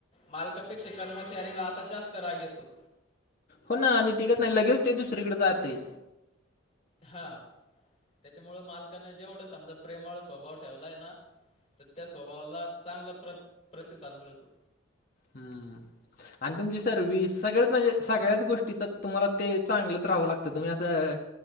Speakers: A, on the left (about 25°); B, on the left (about 45°).
A: मालकापेक्षा कर्मचारीला आता जास्त राग येतो.
B: हो ना आणि टिगत नाही लगेच ते दुसरीकडे जातय
A: हा त्याच्यामुळे मालकांना जेवढा समजा प्रेमाळू स्वभाव ठेवलाय ना तर त्या स्वभावाला चांगला प्र प्रतिसाद मिळतो
B: हम्म आणि तुमची सर्व्हस सगळ्याच म्हणजे सगळ्याच गोष्टी तर तुम्हाला ते चांगलंच राहावं लागतं तुम्ही असं